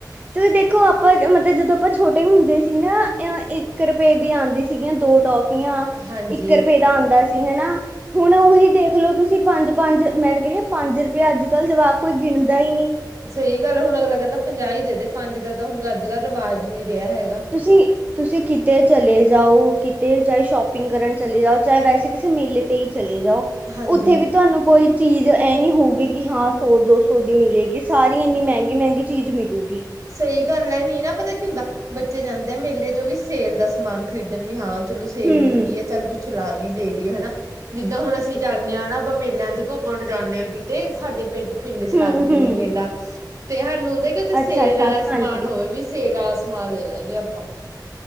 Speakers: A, on the right; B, on the right.
A: ਤੁਸੀ ਦੇਖੋ ਆਪਾਂ ਮਤਲਬ ਜਦੋਂ ਆਪਾਂ ਛੋਟੇ ਹੁੰਦੇ ਸੀ ਨਾ, ਅਂ ਇੱਕ ਰੁਪਏ ਦੀ ਆਂਦੀ ਸੀ। ਸੀਗੀਆਂ ਦੋ ਟੋਫੀਆਂ,
B: ਹਾਂਜੀ
A: ਇੱਕ ਰੁਪਏ ਦਾ ਆਂਦਾ ਸੀ ਹੈਨਾ। ਹੁਣ ੳਹੀ ਦੇਖ ਲੋ ਤੁਸੀ ਪੰਜ-ਪੰਜ, ਮੈਂ ਤਾਂ ਕਹੰਨੀ ਆ, ਪੰਜ ਰੁਪਏ ਅੱਜ-ਕਲ ਜਵਾਕ ਕੋਈ ਗਿਨਦਾ ਈ ਨੀ।
B: ਸਹੀ ਗੱਲ ਹੁਣ ਅਗਲਾ ਕਹੰਦਾ ਪੰਜਾਹ ਈ ਦੇ ਦੇ, ਪੰਜ ਦਾ ਤਾਂ ਹੁਣ ਅੱਜ-ਕਲ ਰਿਵਾਜ ਹੀ ਨੀ ਰੈਆ ਹੈਗਾ।
A: ਤੁਸੀ ਤੁਸੀ ਕਿਤੇ ਚਲੇ ਜਾਓ, ਕਿਤੇ ਚਾਏ ਸ਼ੋਪਿੰਗ ਕਰਨ ਚਲੇ ਜਾਓ, ਚਾਏ ਵੈਸੇ ਕਿਸੇ ਮੇਲੇ ਤੇ ਹੀ ਚਲੇ ਜਾਓ
B: ਹਾਂਜੀ।
A: ਉੱਥੇ ਵੀ ਤੁਹਾਨੂੰ ਕੋਈ ਚੀਜ ਏ ਨੀ ਹੋਊਗੀ ਕਿ ਹਾਂ ਸੌ, ਦੋ ਸੌ, ਦੀ ਮਿਲੇਗੀ। ਸਾਰੀ ਏਨੀ ਮਹੰਗੀ-ਮਹੰਗੀ ਚੀਜ ਮਿਲੁਗੀ।
B: ਸਹੀ ਗੱਲ ਏ, ਨੀ ਨਾ ਪਤਾ ਕਿ ਹੁੰਦਾ ਬੱਚੇ ਜਾਂਦੇ ਮੇਲੇ ਚ ਉਹ ਵੀ ਸੇਲ ਦਾ ਸਮਾਨ ਖਰੀਦਨ ਵੀ ਹਾਂ ਚਲੋ ਸੇਲ
A: ਹਮ
B: ਲੱਗੀ ਆ ਚੱਲ ਕੁਛ ਚਲਾ ਲੀ, ਲੇ ਲੀ ਹੈਨਾ। ਜਿੱਦਾਂ ਹੁਣ ਅਸੀ ਜਾਂਨੇ ਆਂ ਨਾ ਆਪਾਂ ਮੇਲਿਆਂ ਤੇ ਘੁੰਮਨ ਜਾਂਨੇ ਕਿਤੇ, ਸਾਡੇ ਪਿੰਡ ਪਿੰਡ ਚ
A: ਹਮ
B: ਲੱਗਦਾ ਜਿਵੇਂ
A: ਹਮ
B: ਮੇਲਾ ਤੇ ਹਾਨੂੰ ਹੁੰਦਾ ਕਿ ਉੱਥੇ ਸੇਲ
A: ਅੱਛਾ ਅੱਛਾ
B: ਆਲਾ
A: ਹਾਂਜੀ
B: ਸਮਾਨ ਹੋਵੇ ਵੀ ਸੇਲ ਆਲਾ ਸਮਾਨ ਲੈ ਲਾਂ ਗੇ ਆਪਾਂ।